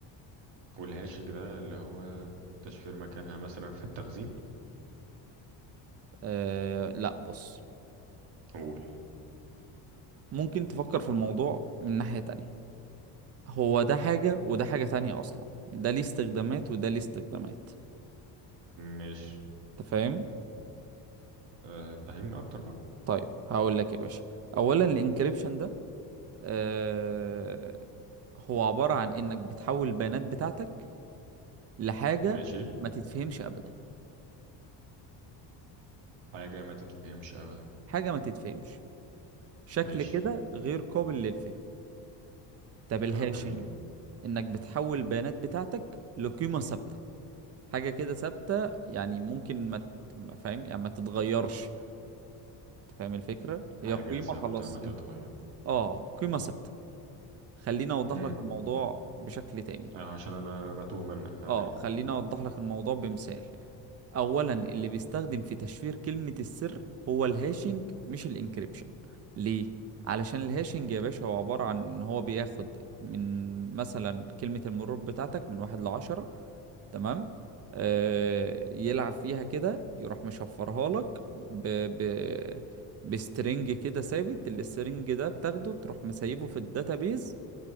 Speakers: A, on the right; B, on the right.
A: والهاشنج ده اللي هو تشفير مكانها مثلا في التخزين
B: آه لا بص
A: قول
B: ممكن تفكر في الموضوع من ناحية تانية هو ده حاجة وده حاجة تانية أصلا ده ليه استخدامات وده ليه استخدامات
A: ماشي
B: أنت فاهم؟
A: آه، فهمني اكتر بقى
B: طيب هقول لك يا باشا أولا الإنكريبشن ده آه هو عبارة عن إنك بتحول البيانات بتاعتك لحاجة
A: ماشي
B: ما تتفهمش أبدا
A: حاجة ما تتفهمش ابدا
B: حاجة ما تتفهمش شكل
A: ماشي
B: كده غير قابل للفهم طب الهاشing
A: كلام جميل
B: إنك بتحول البيانات بتاعتك لقيمة ثابتة حاجة كده ثابتة يعني ممكن ما ت- ما فاهم يعني ما تتغيرش انت فاهم الفكرة
A: حاجة
B: هي قيمة
A: ثابتة
B: خلاص
A: ما
B: انت
A: تتغير
B: اه قيمة ثابتة خليني اوضح
A: امم
B: لك الموضوع بشكل تاني
A: آه، عشان انا أنا بتوه منك فعليا
B: اه خليني اوضح لك الموضوع بمثال اولا اللي بيستخدم في تشفير كلمة السر هو الهاشنج مش الانكريبشن ليه علشان الهاشنج يا باشا هو عبارة عن ان هو بياخد من مثلا كلمة المرور بتاعتك من واحد لعشرة تمام آه يلعب فيها كده يروح مشفرها لك ب... ب... بسترنج كده ثابت السترنج ده بتاخده تروح مسيبه في الداتابيز